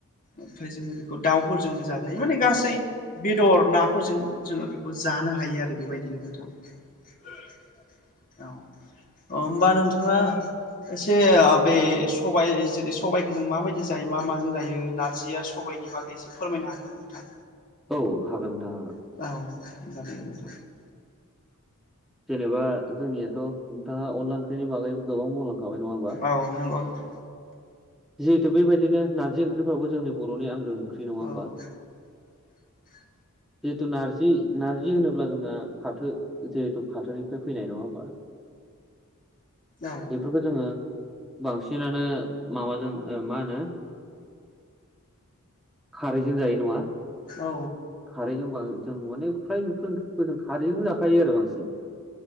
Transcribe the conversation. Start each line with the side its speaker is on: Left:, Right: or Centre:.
Left: ओमफ्राय जोङो बेखौ दाउफोरजोंबो जाजायो माने गासै बेदर नाफोरजों जोंङो बेखौ जानो हायो आरो बेबायदिनो नोंथां औ अ होमबानो जङो एसे बे सब जेरै सबाइखौ जों माबायदि जाय मा माजों जायो नारजि आरो सबायनि बागै एसे फोरमायनो हागोन नामा नोंथां
Centre: औ हागोन नोंथां हागोन
Left: औ <inaudible>
Centre: जेनेबा जोंनियाथ' नोंथाङा अनला ओंख्रिनि बागै गोबां बुंलांखाबाय नङा होमबा
Left: औ नंगौ नोंथां
Centre: जिहेथु बेबायदिनो नारजि ओंख्रिफ्राबो जोंनि बर'नि आंगो ओंख्रि नङा
Left: औ
Centre: होमबा
Left: <inaudible>
Centre: जिहेथु नारजि नार्जि होनोब्ला जोंना फाथो जिहेथु फाथोनिफ्राय फैनाय नङा होमबा
Left: औ
Centre: बेफोरखौ जोङो बांसिनानो माबाजों मा होनो खारैजों जायो नङा
Left: औ
Centre: खारैजों बा जों माने फ्राय बेफोर जों खारैजोंनो जाखायो आरो बांसिन